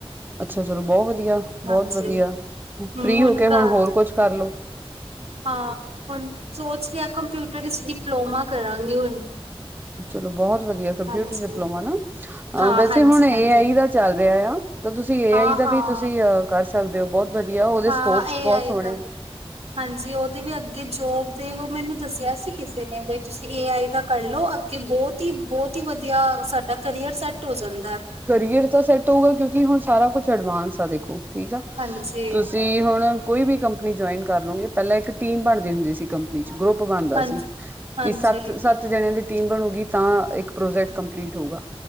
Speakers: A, on the right; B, on the right.
A: ਅੱਛਾ, ਚਲੋ ਬਹੁਤ ਵਧੀਆ- ਬਹੁਤ
B: ਹਾਂਜੀ
A: ਵਧੀਆ,
B: ਹਮ
A: ਫ੍ਰਰੀ ਹੋ ਕੇ। ਹੁਣ
B: ਘਰ
A: ਹੋਰ ਕੁਛ ਕਰਲੋ।
B: ਹਾਂ, ਹੁਣ ਸੋਚ ਰਿਹਾ ਆ। ਕੰਪਿਊਟਰ ਵਿੱਚ ਡਿਪਲੋਮਾ ਕਰਾਂਗੀ ਹੁਣ।
A: ਚਲੋ, ਬਹੁਤ ਵਧੀਆ, ਕੰਪਿਊਟਰ
B: ਹਾਂਜੀ।
A: ਡਿਪਲੋਮਾ ਨਾ।
B: ਹਾਂ
A: ਅ ਵੈਸੇ
B: ਹਾਂਜੀ
A: ਹੁਣ, ਏ
B: ਹਾਂਜੀ
A: ਆਈ, ਦਾ ਚੱਲ ਰਿਹਾ ਆ। ਤਾਂ ਤੁਸੀਂ, ਏ
B: ਹਾਂ
A: ਆਈ, ਦਾ
B: ਹਾਂ
A: ਵੀ ਤੁਸੀਂ। ਕਰ ਸਕਦੇ ਹੋ। ਬਹੁਤ ਵਧੀਆ ਉਹਦੇ
B: ਹਾਂ
A: ਸਕੋਪਸ,
B: ਇਹ
A: ਬਹੁਤ
B: ਆਏ
A: ਸੋਹਣੇ।
B: ਤਾਂ ਵੀ ਹਾਂਜੀ, ਉਹਦੇ ਵੀ ਅੱਗੇ ਜੋਬ, ਦੇ ਉਹ ਮੈਨੂੰ ਦੱਸਿਆ ਸੀ, ਕਿਸੇ ਨੇ। ਤੁਸੀਂ ਏ ਆਈ, ਦਾ ਕਰ ਲਓ। ਕਿ ਬਹੁਤ ਹੀ- ਬਹੁਤ ਹੀ ਵਧੀਆ, ਸਾਡਾ ਕਰੀਅਰ ਸੈੱਟ ਹੋ ਜਾਂਦਾ
A: ਕਰੀਅਰ ਤਾਂ ਸੈੱਟ ਹੋਊਗਾ। ਕਿਉਂਕਿ, ਹੁਣ ਸਾਰਾ ਕੁਛ, ਐਡਵਾਂਸ ਆ ਦੇਖੋ। ਠੀਕ ਆ।
B: ਹਾਂਜੀ,
A: ਤੁਸੀਂ ਹੁਣ, ਕੋਈ ਵੀ ਕੰਪਨੀ ਜੁਆਇਨ ਕਰ ਲੋਗੇ। ਪਹਿਲਾਂ ਇੱਕ ਟੀਮ ਬਣਦੀ ਹੁੰਦੀ ਸੀ। ਚ ਗਰੁੱਪ, ਬਣਦਾ
B: ਹਾਂਜੀ,
A: ਸੀ।
B: ਹਾਂਜੀ,
A: ਕਿ ਸਤ- ਜਣਿਆਂ ਦੀ ਟੀਮ ਬਣੂਗੀ, ਤਾਂ ਇੱਕ ਪ੍ਰੋਜੈਕਟ ਕੰਪਲੀਟ ਹੋਊਗਾ।